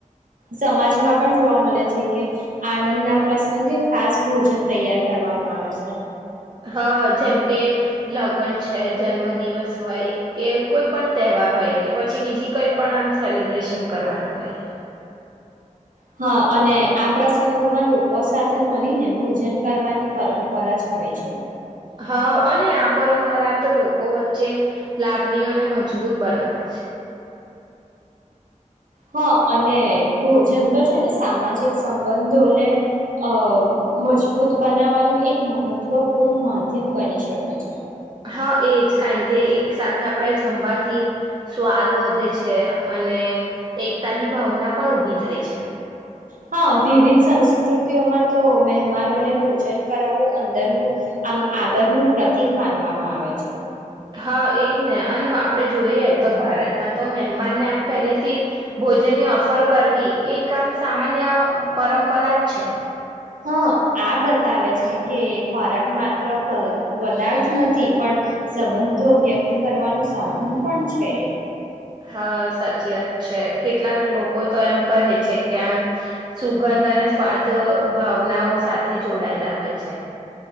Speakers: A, on the right; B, on the right.
A: સમાજમાં પણ જોવા મળે છે કે આનંદ ના પ્રસંગે ખાસ ભોજન તૈયાર કરવામાં આવે છે.
B: હા જેમ કે લગ્ન છે, જન્મ દિવસ હોય કે કોઈ પણ તહેવાર હોય કે પછી બીજી કઈ પણ આમ સેલિબ્રેશન કરવાનું હોય,
A: હા, અને આ પ્રસંગોમાં લોકો સાથે મળીને ભોજન કરવાની પરંપરા જ હોય છે.
B: હા, અને આ પરંપરા તો લોકો વચ્ચે લાગણીઓ અને મજબૂત બનાવે છે.
A: હા, અને ભોજન તો છે ને સામાજિક સંબંધોને અ મજબૂત બનાવવાનું એક મહત્વપૂર્ણ માધ્યમ બની શકે છે.
B: તો એજ કારણ કે એક સાથે આપણે જમવાથી સ્વાદ વધે છે, અને એકતાની ભાવના પણ ઉભી થાય છે.
A: હા, વિવિધ સંસ્કૃતિઓમાં તો મહેમાનોને ભોજન કરાવવું અંદરનું આમ આદર નું પ્રતિક માનવામાં આવે છે.
B: હા, એજ ને અને બાપ આપણે જોઈએ તો ભારતમાં તો મહેમાનને આમ પહેલેથી ભોજનની ઓફર કરવી એ એક આમ સામાન્ય પરંપરા જ છે.
A: હા, આ બતાવે છે કે ખોરાક માત્ર પદાર્થ નથી પણ સંબંધો વ્યક્ત કરવાનું સાધન પણ છે.
B: હા, સાચી વાત છે કેટલાક લોકો તો એમ કહે છે કે આમ સુગંધ અને સ્વાદ ભાવનાઓ સાથે જોડાયેલા હોય છે.